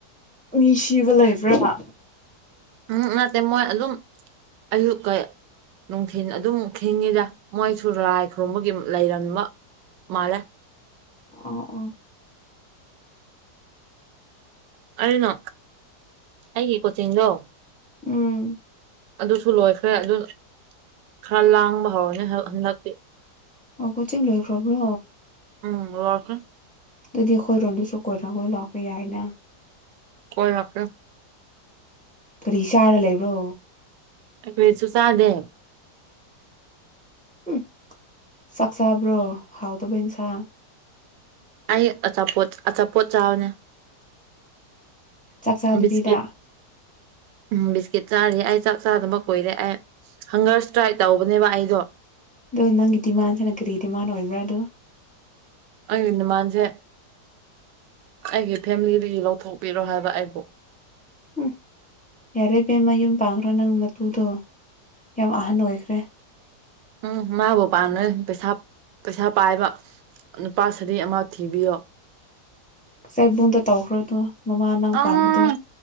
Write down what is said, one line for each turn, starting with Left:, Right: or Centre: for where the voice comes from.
Centre: ꯃꯤ ꯁꯤꯕ ꯂꯩꯕ꯭ꯔꯕ
Right: ꯎꯝ ꯅꯠꯇꯦ ꯃꯣꯏ ꯑꯗꯨꯝ ꯑꯌꯨꯛꯀꯩ ꯅꯨꯡꯊꯤꯟ ꯑꯗꯨꯝ ꯈꯤꯡꯉꯤꯗ ꯃꯣꯏꯁꯨ ꯂꯥꯏ ꯈꯨꯔꯨꯝꯕꯒꯤ ꯂꯩꯔꯝꯕ ꯃꯥꯜꯂꯦ
Centre: ꯑꯣ ꯑꯣ
Right: ꯑꯩꯅ ꯑꯩꯒꯤ ꯀꯣꯆꯤꯡꯗꯣ
Centre: ꯎꯝ
Right: ꯑꯗꯨꯁꯨ ꯂꯣꯏꯈ꯭ꯔꯦ ꯑꯗꯨ ꯈꯔ ꯂꯥꯡꯕ ꯍꯧꯔꯅꯤ ꯍꯟꯗꯛꯇꯤ
Centre: ꯑꯣ ꯀꯣꯆꯤꯡ ꯂꯣꯏꯈ꯭ꯔꯕ꯭ꯔꯣ
Right: ꯎꯝ ꯂꯣꯢꯈ꯭ꯔꯦ
Centre: ꯑꯗꯨꯗꯤ ꯑꯩꯈꯣꯏꯔꯣꯝꯗꯁꯨ ꯀꯣꯏꯔꯒ ꯂꯥꯛꯄ ꯌꯥꯏꯅ
Right: ꯀꯣꯏꯔꯛꯒꯦ
Centre: ꯀꯔꯤ ꯆꯥꯔ ꯂꯩꯕ꯭ꯔꯣ
Right: ꯀꯔꯤꯁꯨ ꯆꯥꯗꯦ
Centre: ꯎꯝ ꯆꯥꯛ ꯆꯥꯕ꯭ꯔꯣ ꯍꯥꯎꯇꯕ ꯌꯦꯟꯁꯥꯡ
Right: ꯑꯩ ꯑꯆꯥꯄꯣꯠ ꯑꯆꯥꯄꯣꯠ ꯆꯥꯕꯅꯦ
Centre: ꯆꯥꯛ ꯆꯥꯗꯕꯤꯗ
Right: ꯕꯤꯁꯀꯤꯠ ꯎꯝ ꯕꯤꯁꯀꯤꯠ ꯆꯥꯔꯤ ꯑꯩ ꯆꯥꯛ ꯆꯥꯗꯕ ꯀꯨꯏꯔꯛꯑꯦ ꯍꯪꯒꯔ ꯏꯁꯇ꯭ꯔꯥꯏ ꯇꯧꯕꯅꯦꯕ ꯑꯩꯗꯣ
Centre: ꯑꯗꯣ ꯅꯪꯒꯤ ꯗꯤꯃꯥꯟꯁꯤꯅ ꯀꯔꯤ ꯗꯤꯃꯥꯟ ꯑꯣꯏꯕ꯭ꯔꯥ ꯑꯗꯨ
Right: ꯑꯩꯒꯤ ꯗꯤꯃꯥꯟꯁꯦ ꯑꯩꯒꯤ ꯐꯦꯃꯤꯂꯤꯗꯒꯤ ꯂꯧꯊꯣꯛꯄꯤꯔꯣ ꯍꯥꯏꯕ ꯑꯩꯕꯨ
Centre: ꯎꯝ ꯌꯥꯔꯦ ꯕꯦꯝꯃꯥ ꯃꯌꯨꯝ ꯄꯥꯡꯈ꯭ꯔꯣ ꯅꯪ ꯅꯇꯨꯗꯣ ꯌꯥꯝ ꯑꯍꯟ ꯑꯣꯏꯈ꯭ꯔꯦ
Right: ꯎꯝ ꯃꯥꯕꯨ ꯄꯥꯝꯃꯦ ꯄꯩꯁꯥ ꯄꯩꯁꯥ ꯄꯥꯏꯕ ꯅꯨꯄꯥ ꯁꯗꯤ ꯑꯃ ꯊꯤꯕꯤꯌꯣ
Centre: ꯆꯩꯕꯨꯡꯗ ꯇꯧꯈ꯭ꯔꯗꯣ ꯃꯃꯥ ꯅꯪ
Right: ꯑꯥ
Centre: ꯄꯥꯝꯕꯗꯣ